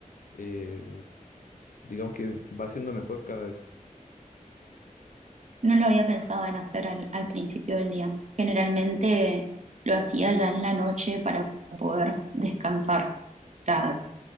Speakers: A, on the left; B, on the right.
A: eh, digamos que va siendo mejor cada vez.
B: No lo había pensado en hacer al, al principio del día. Generalmente lo hacía ya en la noche para poder descansar, ya